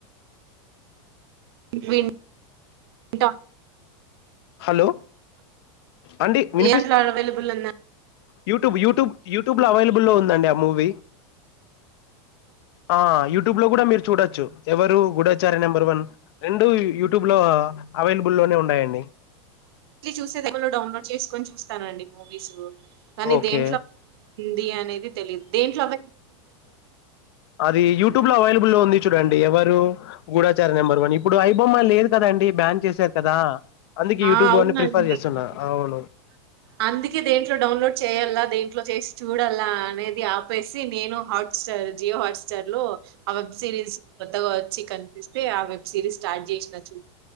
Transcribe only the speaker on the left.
హలో అండి వినిపిస్
యూట్యూబ్ యూట్యూబ్ యూట్యూబ్ లో అవైలబుల్ లో ఉందండి ఆ మూవీ ఆ యూట్యూబ్ లో కూడా మీరు చూడొచ్చు ఎవరు గూఢచారి నెంబర్ వన్ రెండు యూట్యూబ్ లో అవైలబుల్ లోనే ఉన్నాయండి
ఓకే
అది యూట్యూబ్ లో అవైల బుల్ లో ఉంది చూడండి ఎవరు గూఢచార నెంబర్ వన్ ఇప్పుడు ఐబొమ్మ లేదు కదా అండి బ్యాన్ చేశారు కదా అందుకె
యూట్యూబ్
అని ప్రిఫర్ చేస్తున్నా అవును